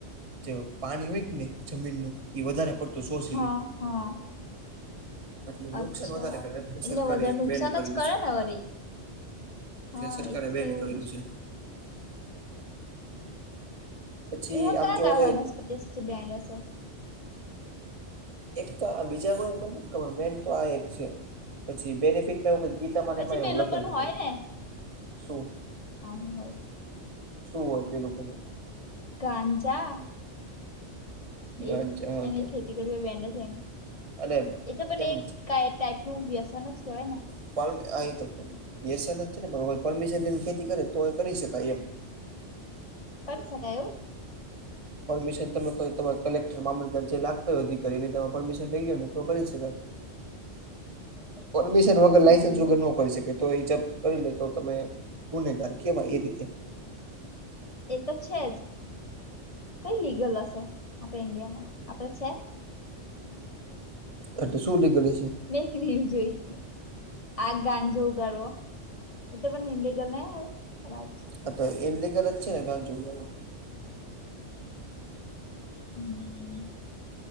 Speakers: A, on the right (about 35°); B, on the left (about 35°).
A: જે પાણી હોય કે નહીં જમીનનું... ઈ વધારે પડતું શોષી
B: હા
A: લે...
B: હા
A: એટલે
B: અચ્છા,
A: નુકસાન વધારે કરે
B: એટલે
A: સરકારે
B: વધારે
A: એને
B: નુકસાન
A: બેન કરેલું
B: જ કરે
A: છે.
B: ને વરી... હા,
A: સરકારે
B: એટલે
A: બેન
B: એવું
A: કરેલું
B: જ.
A: છે. પછી
B: એવું
A: આમ
B: કયા-કયા
A: જોવા જઈએ
B: વનસ્પતિ હશે જે બેન્ડ હશે...
A: એક તો આ બીજા કોઈ મને નથ ખબર મેન તો આ એક છે. પછી બેનિફિટ ને એવું કંઈક ગીતા માં
B: પછી
A: ને એમાંય
B: પેલું
A: એવું લખેલું
B: પણ હોય
A: છે.
B: ને
A: શું
B: હા હું હોય.
A: શું હોય, પેલું <unintelligible>
B: ગાંજા...
A: ગાંજા
B: એ એની
A: તો
B: ખેતી કરે તો બેન્ડ જ હોય ને.
A: અને
B: એ તો પણ
A: એમ
B: એક ક ટાઈપ નું વ્યસન જ કેવાય ને?
A: <unintelligible> વ્યસન જ છે ને પણ કોઈ પરમિશન લઈને ખેતી કરે તો કરી શકાય એમ.
B: કરી શકાય એવું
A: પરમિશન તમે કોઈ તમારા કલેક્ટર મામલતદાર જે લાગતા હોય, અધિકારીની તમે પરમિશન લઈ લો ને તો કરી શકાય.
B: <inaudible>
A: પરમિશન વગર
B: હમ
A: લાઈસન્સ વગર ન કરી શકે તો એ જપ્ત કરીલો તો તમે ગુનેગાર કેવાય. એ રીતે...
B: એ તો છે જ, કઈ લીગલ હશે આપડા ઈન્ડિયામાં આપડે છે.
A: એટલે શું નીકળે છે?
B: મેં એક રીલ જોઈ. આ ગાંજો ઉગાડવો, એટ પણ ઇલિગલ ને હોય પ
A: અ તો ઇનલિગલ જ છે ને, ગાંજો ઉગાડવો
B: હમ્મ